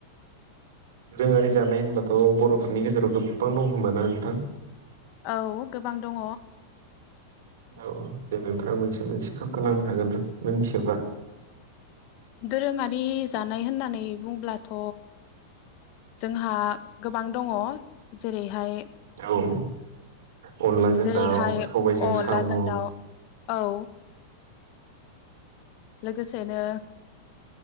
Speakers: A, on the right; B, on the left.
A: दोरोङारि जानाय होनबाथ' बर'फोरनि गेजेराव गोबां दं खोमा ना नोंथां
B: औ गोबां दङ
A: औ दे नोंथांङा मोनसे मोनसे खोनथालांनो हागोन मिनथियोबा
B: दोरोङारि होननानै बुंब्लाथ' जोंहा गोबां दङ जेरैहाय
A: औ अनलाजों
B: जेरैहाय
A: दाउ सबायजों
B: अनलाजों
A: साम'
B: दाउ औ लोगोसेनो